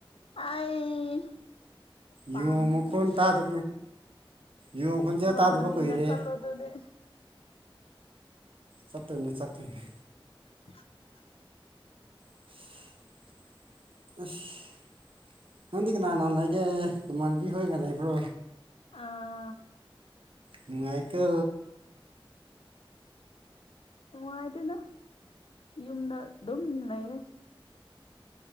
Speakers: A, on the left; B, on the right.
A: ꯑꯩ ꯄꯥꯝꯃꯤ
B: ꯌꯃꯨꯈꯣꯟ ꯇꯥꯗ ꯌꯣꯡ ꯈꯣꯡꯖ
A: ꯃꯍꯥꯕꯂꯤꯗ
B: ꯇꯥꯗꯕ ꯀꯨꯏꯔꯦ
A: ꯆꯠꯂꯣ ꯑꯗꯨꯗꯤ
B: ꯆꯠꯠꯇꯣꯏꯅꯦ ꯆꯠꯇꯣꯏꯅꯦ
A: <unintelligible>
B: ꯑꯁ ꯅꯪꯗꯤ ꯀꯅꯥ ꯀꯅꯥꯥꯟ ꯂꯩꯒꯦ ꯏꯃꯥꯟꯅꯕꯤ ꯈꯣꯏꯒ ꯂꯩꯕ꯭ꯔꯣ
A: ꯑ
B: ꯅꯨꯡꯉꯥꯏꯀꯦ
A: ꯎ ꯑꯥꯏꯇꯅ ꯌꯨꯝꯗ ꯝ ꯂꯩꯔꯦ